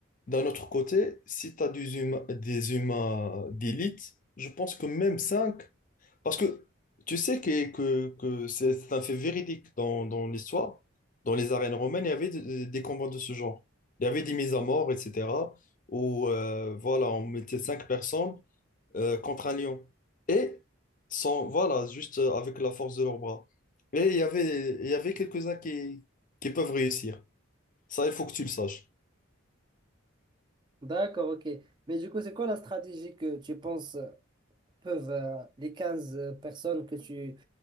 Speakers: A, on the left; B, on the right.
A: d'un autre côté, si tu as des humains, des humains d'élite, je pense que même 5. Parce que tu sais que, que, que c'est c'est un fait véridique dans, dans l'histoire. Dans les arènes romaines, il y avait des, des combats de ce genre. Il y avait des mises à mort, etc. Où euh, voilà, on mettait cinq personnes euh, contre un lion. Et sans, voilà, juste euh, avec la force de leurs bras. Et il y avait, il y avait quelques-uns qui, qui peuvent réussir. Ça, il faut que tu le saches.
B: D'accord, ok. Mais du coup, c'est quoi la stratégie que tu penses peuvent, euh, les 15 euh, personnes que tu,